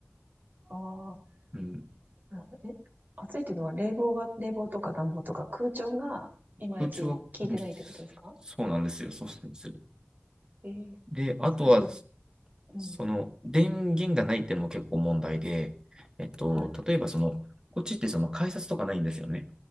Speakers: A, on the right (about 50°); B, on the right (about 20°).
A: ああ、
B: うん、
A: なるほどえ、暑いっていうのは冷房が、冷房とか暖房とか空調がいまいち効いてないってことですか
B: 空調は、うんそうなんですよ。そうなんですよ。
A: ええー、
B: で、あとは、
A: それはちょっと、うん、
B: その、電源がないっていうのも結構問題で、えっと、
A: はい。
B: 例えばその、こっちってその改札とかないんですよね。